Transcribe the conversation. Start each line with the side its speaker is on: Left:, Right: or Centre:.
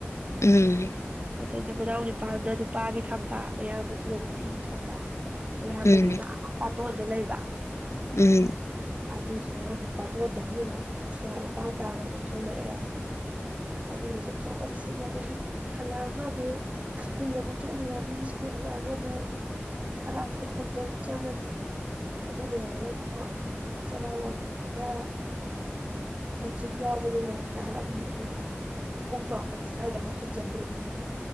Left: ꯎꯝ
Right: ꯑꯗꯩꯗ ꯃꯅꯥꯎ ꯅꯨꯅꯤꯄꯥꯅ ꯅꯨꯄꯥꯒꯤ ꯊꯝꯕ ꯃꯌꯥꯝ ꯑꯗꯨꯗ ꯅꯨꯄꯤꯒꯤ ꯊꯝꯕ ꯌꯥꯔꯗ
Left: ꯎꯝ
Right: ꯀꯣꯗ ꯂꯩꯕ
Left: ꯎꯝ
Right: ꯑꯗꯨꯗꯨꯗ ꯑꯃꯨꯛ ꯄꯥꯇꯣꯟꯗꯒꯤ ꯑꯃꯨꯛ ꯁꯣꯔꯣꯛ ꯃꯄꯥꯟ ꯇꯥꯔ ꯑꯃꯛ ꯊꯣꯛꯂꯛꯑꯦ ꯑꯗꯨꯗ ꯆꯠꯊꯣꯛꯑ ꯆꯠꯁꯤꯟ ꯑꯗꯒꯤ ꯍꯜꯂꯛꯑꯒꯕꯨ ꯁ꯭ꯀꯨꯜꯗꯕꯨ ꯆꯠꯂꯨꯔꯅꯤ ꯁ꯭ꯀꯨꯜ ꯍꯜꯂꯛꯑꯒꯕꯨ ꯑ ꯐꯖ ꯄꯆꯒꯗꯤ ꯑꯗꯨ ꯂꯩ ꯍꯥꯏꯔꯣ ꯆꯔ ꯋꯥ ꯑ ꯀꯣꯆꯤꯡ ꯌꯥꯌꯥꯕꯅꯤꯅ ꯑꯃ ꯊꯣꯛꯂꯛꯑꯅꯤ ꯑꯗꯨꯒ ꯄꯨꯡ ꯃꯥꯄꯟ ꯁꯥꯏꯗ ꯑꯃ ꯍꯠꯖꯟꯗꯣꯏꯅꯦꯕ